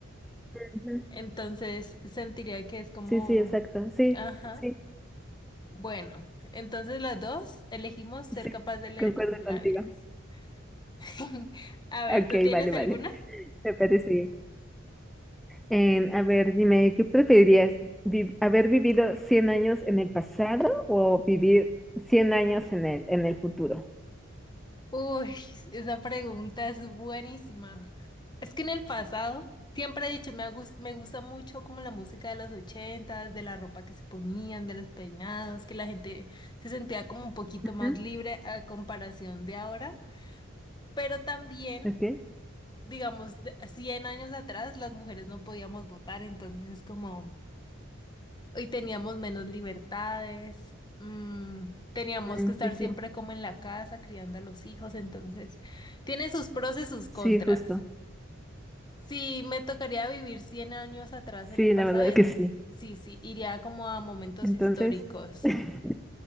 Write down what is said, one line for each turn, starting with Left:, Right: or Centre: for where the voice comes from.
Centre: Ujú.
Left: Entonces, sentiría que es como,
Centre: Sí, sí, exacto. Sí,
Left: ajá.
Centre: sí,
Left: Bueno, entonces las dos elegimos ser
Centre: sí,
Left: capaz de leer
Centre: concuerdo
Left: los labios.
Centre: contigo.
Left: <laughs> A ver,
Centre: Ok,
Left: ¿tú tienes
Centre: vale, vale.
Left: alguna?
Centre: Me parece bien. Em, a ver, dime, ¿qué preferirías? Vi- ¿Haber vivido 100 años en el pasado o vivir 100 años en el, en el futuro?
Left: Uy, esa pregunta es buenísima. Es que en el pasado siempre he dicho, me, ha gus- me gusta mucho como la música de los ochentas, de la ropa que se ponían, de los peinados, que la gente se sentía como un poquito
Centre: Ujú,
Left: más libre a comparación de ahora. Pero también,
Centre: Ok,
Left: digamos, de- 100 años atrás las mujeres no podíamos votar, entonces es como y teníamos menos libertades, mm, teníamos
Centre: mm,
Left: que estar
Centre: sí, sí,
Left: siempre como en la casa criando a los hijos, entonces tiene sus pros y sus contras.
Centre: sí, justo.
Left: Si me tocaría vivir 100 años atrás
Centre: Sí,
Left: en el pasado,
Centre: la verdad
Left: eh,
Centre: es que sí.
Left: sí, sí, iría como a momentos
Centre: Entonces,
Left: históricos.
Centre: <laughs>